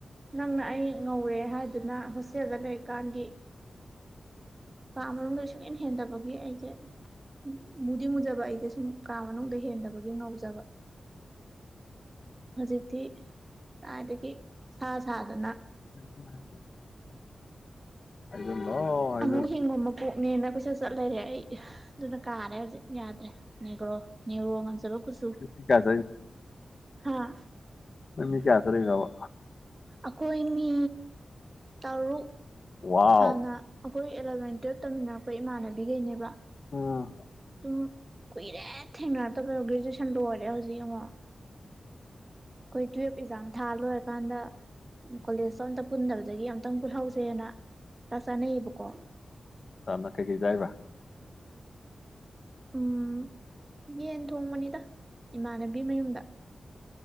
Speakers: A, on the right (about 25°); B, on the left (about 50°).
A: ꯅꯪꯅ ꯑꯩ ꯉꯧꯔꯦ ꯍꯥꯏꯗꯨꯅ ꯍꯛꯁꯦꯜꯗ ꯂꯩꯔꯤꯀꯥꯟꯒꯤ ꯑꯔ ꯆꯪꯦꯟ ꯍꯦꯟꯗꯕꯒꯤ ꯑꯩꯖꯠ ꯃꯗꯤ ꯃꯨꯖꯥꯕꯥꯏ ꯑ ꯁꯨꯝ ꯀꯥ ꯃꯅꯨꯡꯗ ꯍꯦꯟꯗꯕꯒꯤ ꯉꯧꯖꯕ ꯍꯧꯖꯤꯗꯤ ꯑꯗꯨꯗꯒꯤ ꯁꯥ ꯁꯥꯗꯅ
B: <unintelligible> <unintelligible> ꯍꯥꯏꯖꯜꯂꯣ
A: ꯑꯃꯨꯛ ꯍꯤꯡꯉꯣꯃꯀꯣ ꯅꯦꯅ ꯀꯣꯏꯆꯠ ꯆꯠ ꯂꯩꯔꯦ ꯑꯩ ꯑꯗꯨꯅ ꯀꯥꯔꯦ ꯍꯧꯖꯤꯛ ꯌꯥꯗ꯭ꯔꯦ ꯅꯦꯒ꯭ꯔꯣ ꯅꯦꯒ꯭ꯔꯣ ꯉꯝꯖꯕ ꯀꯨꯆꯨ
B: ꯃꯤ ꯀꯌꯥ
A: ꯍꯥꯥ
B: ꯅꯣꯏ ꯃꯤ ꯀꯌꯥ ꯆꯠꯂꯤꯅꯣꯕ
A: ꯑꯩꯈꯣꯏ ꯃꯤ ꯇꯔꯨꯛ
B: ꯋꯥꯎ
A: ꯍꯥꯟꯅ ꯑꯈꯣꯏ ꯑꯦꯂꯕꯦꯟ ꯇ꯭ꯋꯦꯞ ꯇꯝꯃꯤꯟꯅꯔꯛꯄ ꯏꯃꯥꯟꯅ ꯕꯤꯒꯩꯅꯦꯕ
B: ꯎꯝ
A: ꯁꯨꯝ ꯀꯨꯏꯔꯦ ꯊꯦꯡꯅꯔꯛꯇꯕꯗꯣ ꯒ꯭ꯔꯦꯖꯨꯑꯦꯁꯟ ꯂꯣꯏꯔꯦ ꯍꯧꯖꯤꯛ ꯌꯦꯡꯉꯣ ꯑꯩꯈꯣꯏ ꯇꯨꯋꯜꯐ ꯑꯦꯛꯖꯥꯝ ꯊꯥ ꯂꯣꯏꯔꯀꯥꯟꯗ ꯀꯣꯂꯦꯖꯇꯣ ꯑꯝꯇ ꯄꯨꯟꯗꯕꯗꯒꯤ ꯌꯥꯝ ꯇꯪ ꯄꯨꯜꯍꯧꯁꯦꯅ ꯆꯥꯛ ꯆꯥꯅꯩꯌꯦꯕꯀꯣ
B: ꯆꯥꯅ ꯀꯩꯀꯩ ꯆꯥꯏꯕ
A: ꯎꯝ ꯌꯦꯟ ꯊꯣꯡꯕꯅꯤꯗ ꯏꯃꯥꯟꯅꯕꯤ ꯃꯌꯨꯝꯗ